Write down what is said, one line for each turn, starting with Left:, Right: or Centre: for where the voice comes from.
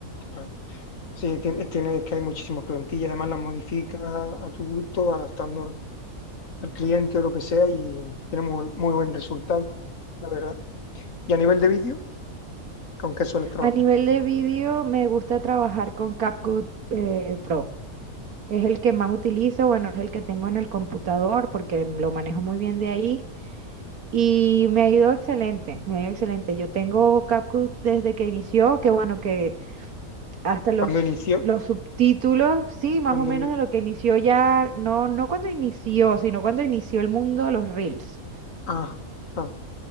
Left: vale. Sí, tiene, tiene- es que hay muchísimas plantillas, además las modificas a tu gusto, adaptando al cliente o lo que sea y tiene muy, muy buen resultado, la verdad. Y a nivel de vídeo, ¿con qué sueles trabajar?
Right: A nivel de vídeo me gusta trabajar con CapCut eh, Pro. Es el que más utilizo, bueno, es el que tengo en el computador porque lo manejo muy bien de ahí y me ha ido excelente, me ha ido excelente. Yo tengo CapCut desde que inició, que bueno, que hasta los,
Left: Cuando inició,
Right: los subtítulos, sí, más
Left: cuando...
Right: o menos
Left: in-
Right: de lo que inició ya, no, no cuando inició, sino cuando inició el mundo de los Reels,
Left: Ah, ah,